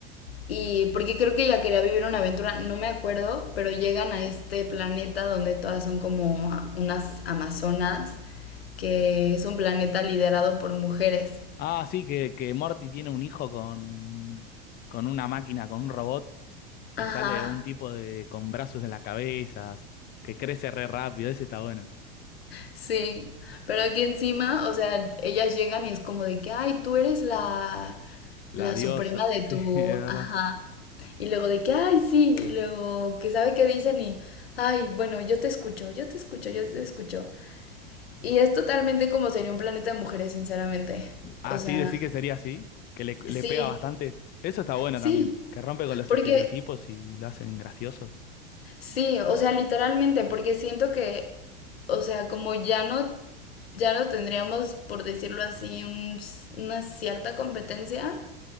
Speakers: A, on the left; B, on the left.
A: Y porque creo que ella quería vivir una aventura, no me acuerdo, pero llegan a este planeta donde todas son como unas amazonas, que es un planeta liderado por mujeres.
B: Ah, sí, que, que Morty tiene un hijo con, con una máquina, con un robot y
A: Ajá,
B: sale un tipo de con brazos en las cabezas, que crece re rápido, ese está bueno.
A: Sí, pero aquí encima, o sea, ellas llegan y es como de que, ay, tú eres la,
B: La
A: la
B: diosa,
A: suprema de
B: sí,
A: tu,
B: <laughs> es verdad.
A: ajá. Y luego de que, ay, sí, y luego que sabe qué dicen y, ay, bueno, yo te escucho, yo te escucho, yo te escucho. Y es totalmente como sería un planeta de mujeres, sinceramente.
B: Ah,
A: O sea,
B: sí, decir que sería así, que le, le
A: sí,
B: pega bastante. Eso está bueno
A: sí,
B: también, que rompe con los
A: porque
B: estereotipos y lo hacen gracioso.
A: Sí, o sea, literalmente, porque siento que, o sea, como ya no, ya no tendríamos, por decirlo así, un- una cierta competencia,